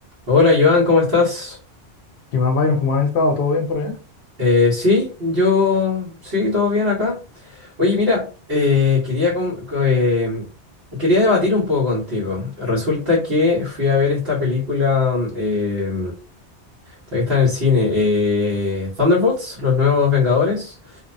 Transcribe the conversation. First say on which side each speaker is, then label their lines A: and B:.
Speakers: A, on the right; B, on the left.
A: Hola Joan, ¿cómo estás?
B: ¿Qué más, Byron? ¿Cómo has estado? ¿Todo bien por allá?
A: Eh, sí, yo, sí, todo bien acá. Oye, mira, eh, quería, com- co- eh, quería debatir un poco contigo. Resulta que fui a ver esta película, eh, esta que está en el cine, eh, Thunderbolts, Los Nuevos Vengadores.